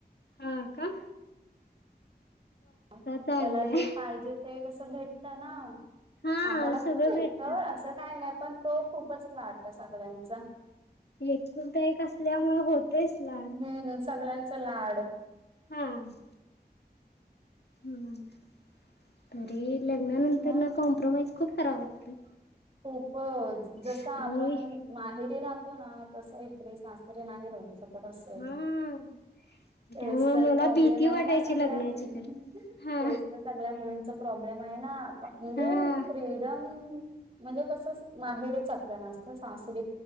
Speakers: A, on the left; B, on the right.
A: हो कां
B: त्यांला
A: चांगलाय
B: जे पाहिजे ते कसं भेटतं नां
A: हा
B: आम्हांला पणं
A: सगळं
B: भेटतं
A: भेटत
B: असं काहीं नाहीं पणं तो खूपचं कं लांड कां सगळ्यांचा
A: एकूलतां एक असल्यांमुळें होतयचं लाड
B: हम्मं हम्मं सगळ्यांचं चां लाड
A: हम हं तरी लग्नांनंतर
B: मग
A: नां कॉम्प्रोमाइजं खूंप करावं लागतय
B: खूपचं जसं
A: आणि
B: आपणं माहेरी राहतो जसं रहातो नां तसं ईकडे सासरीे नाहीं राहू शकतं असं
A: हा
B: तेचं
A: त्यामुळे
B: तरं
A: मला
B: प्रॉब्लेम
A: भीती
B: आहे
A: वाटायची
B: नां सगळा
A: लग्नाची
B: तेचं
A: तर हा
B: तरं सं मुल्यामुलींचा प्रॉब्लेम आहे ना आप म्हणजे
A: हा
B: फ्रीडम म्हणजे कसं माहेरीच आपल्या ना असतं सासरी